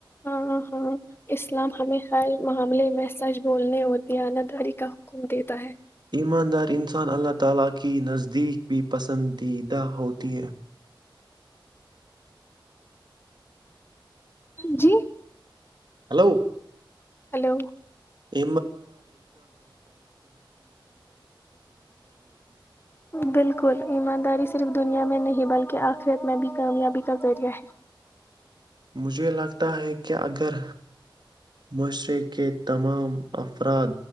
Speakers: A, on the left; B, on the right.
A: ہاں ہاں اسلام ہمیں ہر معاملے میں سچ بولنے اور دیانت داری کا حکم دیتا ہے
B: ایماندار انسان اللہ تعالی کے نزدیک بھی پسندیدہ ہوتی ہے
A: جی
B: ہلو
A: ہلو
B: ہ
A: بالکل ایمانداری صرف دنیا میں نہیں بلکہ کے آخرت میں بھی کامیابی کا ذریعہ ہے
B: مجھے لگتا ہے کہ اگر معاشرے کے تمام افراد